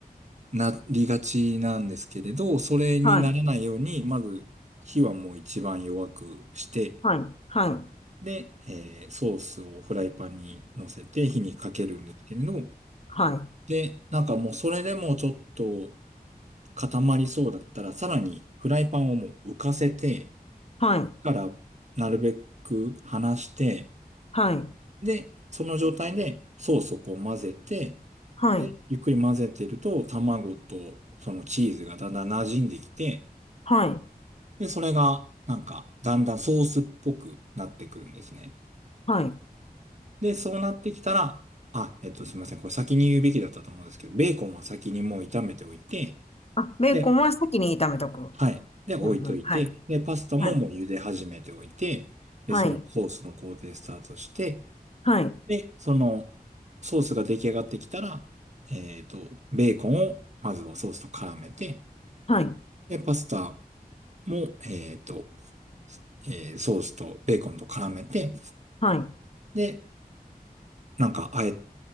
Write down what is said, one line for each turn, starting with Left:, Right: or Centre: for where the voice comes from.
Right: なりがちなんですけれど、それにならないように、
Left: はい。
Right: まず火はもう一番弱くして、
Left: はい。はい。
Right: で、えーソースをフライパンに乗せて火にかけるんですけれど、
Left: はい。
Right: で、なんかもうそれでもちょっと固まりそうだったら、さらにフライパンをもう浮かせて、
Left: はい。
Right: からなるべく離して、
Left: はい。
Right: で、その状態でソースをこう混ぜて、
Left: はい。
Right: で、ゆっくり混ぜてると卵とそのチーズがだんだん馴染んできて、
Left: はい。はい。
Right: で、それがなんかだんだんソースっぽくなってくるんですね。
Left: はい。
Right: で、そうなってきたら、あ、えっと、すみません。これ先に言うべきだったと思うんですけど、ベーコンは先にもう炒めておいて、
Left: あ、ベーコンは先に炒めとく。
Right: で、はい。で、置いといて、
Left: うん、うん。はい。
Right: で、パスタももう茹で始めておいて、
Left: はい。
Right: で、
Left: はい。
Right: そのソースの工程スタートして、
Left: はい。
Right: で、そのソースが出来上がってきたら、えっと、ベーコンをまずはソースと絡めて、
Left: はい。
Right: で、パスタも、えっと、えーソースとベーコンと絡めて、
Left: はい。
Right: で、なんか、あえ、